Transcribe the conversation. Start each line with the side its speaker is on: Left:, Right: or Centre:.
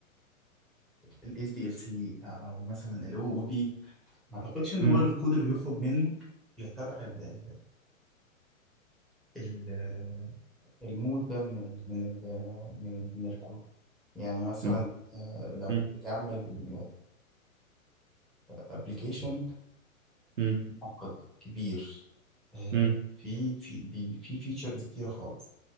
Centre: الاس دي ال سي او مثلا الاو او بي ما اعتقدش ان
Right: مم.
Centre: هو الكود اللي بيخرج منه يتبع ال ال ال ال- المود ده من ال من ال من ال من الكود يعني مثلا
Right: ما هو-
Centre: آه، لو
Right: مم.
Centre: بتعمل ابلكيشن
Right: مم.
Centre: معقد كبير آه،
Right: مم.
Centre: في في بي- في فيتشرز كتير خالص